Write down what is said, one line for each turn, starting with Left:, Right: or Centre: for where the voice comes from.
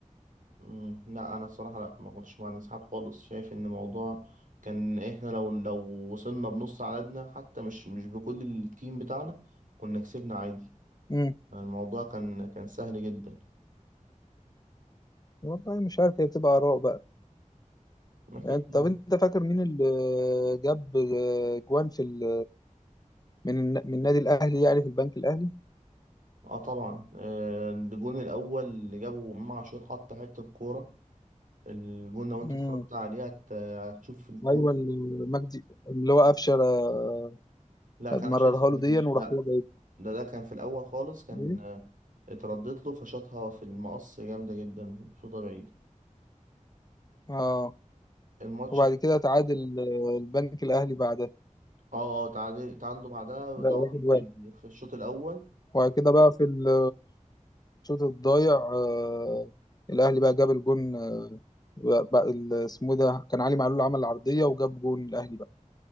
Right: مم. لا انا الصراحه لا ما كنتش مع الانسحاب خالص شايف ان الموضوع كان احنا لو لو وصلنا بنص عددنا حتى مش مش بكل التيم بتاعنا كنا كسبنا عادي
Left: مم.
Right: الموضوع كان كان سهل جدا
Left: والله مش عارف هي بتبقى آراء بقى
Right: اكيد
Left: يعني
Right: طبعا.
Left: طب انت فاكر مين اللي جاب جوان في ال... من الن- من النادي الاهلي يعني في البنك الاهلي
Right: اه طبعا آه، الجون الاول اللي جابه امام عاشور حط حته الكوره الجون لو انت
Left: مم.
Right: اتفرجت عليه هت- هتشوف الكورة
Left: ايوه المجدي اللي هو قفشه آه،
Right: لا
Left: مررها
Right: كان عشان ياسر
Left: له
Right: عزيز،
Left: ديا وراح
Right: لا
Left: هو جايب
Right: ده ده كان في الأول خالص كان
Left: ليه؟
Right: آه، اتردت له فشاطها في المقص جامدة جدا شوطة بعيد
Left: اه
Right: الماتش
Left: وبعد كده تعادل آه، البنك الاهلي بعدها
Right: اه اه تعادل تعادلوا بعدها
Left: ده
Right: طبعا
Left: واحد واحد
Right: في ال- في الشوط الأول
Left: وبعد كده بقى في ال- الشوط الضايع آه، الاهلي بقى جاب الجون آه، بقى بقى ال- اسمه إيه ده كان علي معلول عمل عرضيه وجاب جون الاهلي بقى